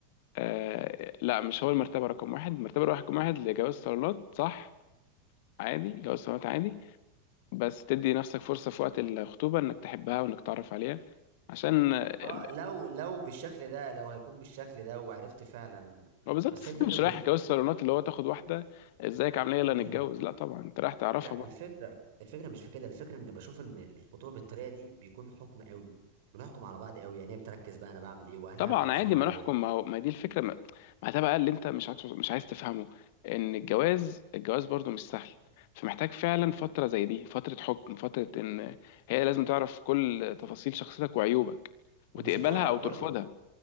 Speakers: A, on the left; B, on the right.
A: آه لا مش هو المرتبه رقم واحد المرتبه رقم واحد لجواز صالونات صح عادي جواز صالونات عادي بس تدي نفسك فرصه في وقت الخطوبه انك تحبها وانك تعرف عليها عشان ال-
B: اه لو لو بالشكل ده لو هيكون بالشكل ده وعرفت فعلا آه
A: ما بالظبط
B: بس
A: أصل
B: هي الفكره
A: انت مش
B: بالنسبه
A: رايح جواز صالونات اللي هو تاخد واحده ازيك عامله ايه يلا نتجوز
B: ال...
A: لا طبعا انت رايح تعرفها
B: لا الفكره الفكره مش في كده الفكره ان بشوف ان الخطوبه بالطريقه دي بيكون حكم قوي بنحكم على بعض قوي يعني هي بتركز بقى انا بعمل ايه واهلها
A: طبعا
B: مركزين
A: عادي
B: معايا
A: ما نحكم ما هو ما دي الفكره ما, ما ده بقى اللي انت مش عايز مش عايز تفهمه ان الجواز الجواز برضو مش سهل فمحتاج فعلا فتره زي دي فتره حكم فتره ان هي لازم تعرف كل تفاصيل شخصيتك وعيوبك
B: ومش
A: وتقبلها
B: هتعرف
A: او
B: برضه
A: ترفضها